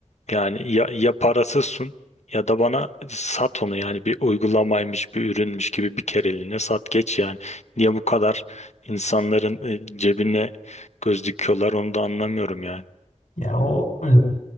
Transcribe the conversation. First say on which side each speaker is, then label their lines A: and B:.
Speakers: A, on the left (about 70°); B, on the left (about 85°).
A: Yani ya, ya parasızsın ya da bana sat onu yani bir uygulamaymış bir ürünmüş gibi bir kereliğine sat geç yani. Niye bu kadar insanların e, cebine göz dikiyorlar onu da anlamıyorum yani.
B: Ya o e,